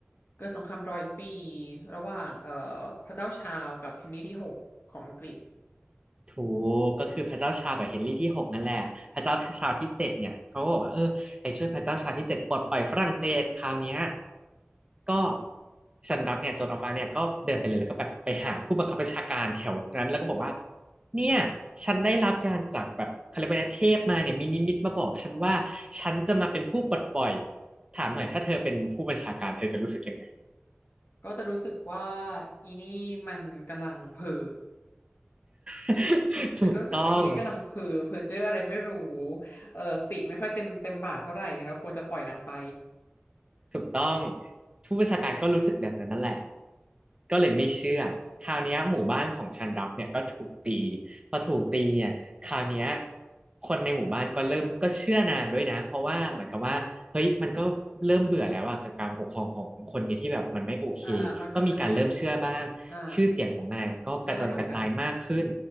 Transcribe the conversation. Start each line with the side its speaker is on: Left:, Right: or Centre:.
Left: เกิดสงครามร้อยปีระหว่างเอ่อพระเจ้าชาวกับเฮนรี่ที่หกของอังกฤษ
Right: ถูกก็คือพระเจ้าชากับเฮนรี่ที่หกนั่นแหละพระเจ้าชาที่เจ็ดเนี่ยเขาก็บอกว่าเออไปช่วยพระเจ้าชาที่เจ็ดปลดปล่อยฝรั่งเศสคราวเนี้ยก็ซันดักเนี่ยโจนออฟฟ้าเนี่ยก็เดินไปเลยแล้วก็แบบไปหาผู้บังคับบัญชาการแถวนั้นแล้วก็บอกว่าเนี่ยฉันได้รับยานจากแบบเขาเรียกว่านะเทพมาเนี่ยมีนิมิตมาบอกฉันว่าฉันจะมาเป็นผู้ปลดปล่อยถามหน่อยถ้าเธอเป็นผู้บัญชาการเธอจะรู้สึกยังไง
Left: ก็จะรู้สึกว่าอีนี่มันกำลังเผลอ
Right: <laughs>
Left: ฉันก็รู้สึกว่าอีนี่กำลังเพ้อเพ้อเจ้ออะไรไม่รู้
Right: ถูกต้อง
Left: เออติไม่ค่อยเต็มเต็มบาทเท่าไหร่เราควรจะปล่อยนางไป
Right: ถูกต้องผู้บัญชาการก็รู้สึกแบบนั้นนั่นแหละก็เลยไม่เชื่อคราวเนี้ยหมู่บ้านของชันดักเนี่ยก็ถูกตีพอถูกตีเนี่ยคราวเนี้ยคนในหมู่บ้านก็เริ่มก็เชื่อนานด้วยนะเพราะว่าเหมือนกับว่าเฮ้ยมันก็เริ่มเบื่อแล้วอะกับการปกครองของคนนี้ที่แบบมันไม่โอเค
Left: อ่าอ่ามันควรจะมี
Right: ก็มีการเริ่มเชื่อบ้าง
Left: อ่า
Right: ชื่อเสียงของนางก็กระจอนกระจายมากขึ้น
Left: ก็เลยโด่งดัง